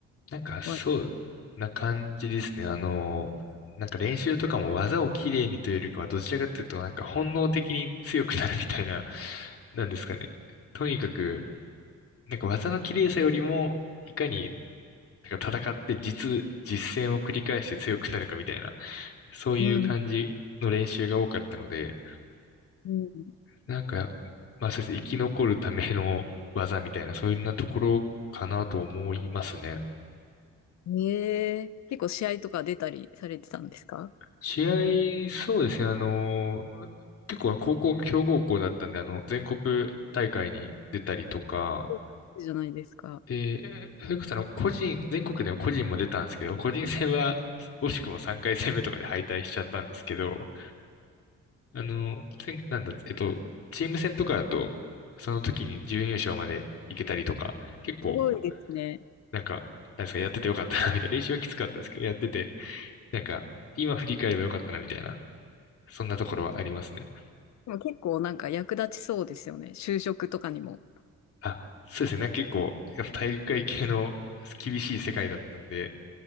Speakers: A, on the left (about 50°); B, on the left (about 65°).
A: なんか、そうな感じですね。
B: わ
A: あの、なんか練習とかも技をきれいにというよりかは、どちらかというと、なんか本能的に強くなるみたいな、なんですかね。とにかく、なんか技の綺麗さよりも、いかに、なんか戦って実、実践を繰り返して強くなるかみたいな、そういう感じの練習が多かったので、
B: うん。う
A: なんか、まあそうですね、生き残るための技みたいな、そういうようなところかなと思いますね。
B: んええ結構試合とか出たりされてたんですか
A: 試合、そうですね、あの、結構高校が強豪校だったんで、あの、全国大会に出たりとか、
B: そうじゃないですか。
A: で、それこそあの、個人、全国でも個人も出たんですけど、個人戦は惜しくも3回戦目とかで敗退しちゃったんですけど、あの、全、なんだ、えっと、チーム戦とかだと、その時に準優勝まで行けたりとか、結構、
B: すごいですね。
A: なんか、なんですか、やっててよかったな、みたいな、練習はきつかったですけど、やってて、なんか、今振り返ればよかったな、みたいな、そんなところはありますね。
B: でも結構なんか役立ちそうですよね。就職とかにも。
A: あ、そうですね。なんか結構、やっぱ体育会系の厳しい世界だったんで、